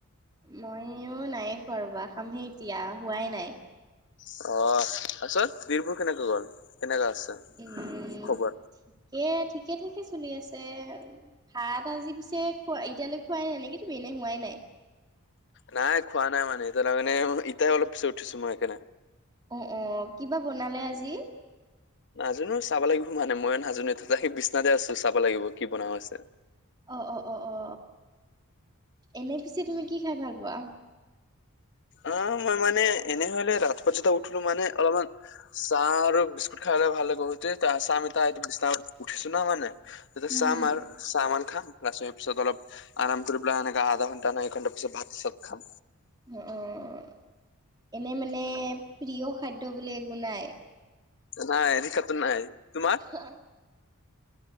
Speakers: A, on the right; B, on the left.
A: মইও নাই খোৱা ৰবা খামহে এতিয়া হোৱাই নাই।
B: অ' <unintelligible> কেনেকৈ গ'ল? কেনেকা আছে
A: উম
B: খবৰ
A: ঠিকে থঠাকে চলি আছে, ভাত জি পিছে খোৱা এতিয়ালৈ খোৱাই নাই, নেকি তুমি এনে হোৱাই নাই।
B: নাই খোৱা নাই মানে তাৰণে ইতাই অলপ পিছে উঠিছো মই সেইকাৰনে।
A: অ', অ' কি বা বনালে আজি।
B: নাজানোঁ। চাব লাগিব মানে মই নাজানোঁ। হেই তাতে মই বিচনাতে আছোঁ, চাব লাগিব কি বনোৱা আছে।
A: অ', অ', অ', অ', অ এনে পিছে তুমি কি খাই ভাল পোৱা?
B: আ, মই মানে এনে হ'লে ৰাত পথতে উঠলো মানে অলপমান চাহ আৰু বিস্কুট খাই ললে ভাল হ'ব, এইটোৱে তেই আছ আমি ত' বিনাতে উঠিছো না মানে। তেতিয়া
A: হুম,
B: চাহ
A: হুম।
B: আমাৰ চাহমান খাম। লাষ্টত পিছত অলপ আৰাম কৰি পেলাই এনেকা আধা ঘণ্টা ন' এক ঘণ্টা পিছত ভাত চাত খাম।
A: অ', অ'। এনে মানে প্ৰিয় খাদ্য বুলি একো নাই?
B: নাই এনেকাতো নাই। তোমাৰ
A: ভাল।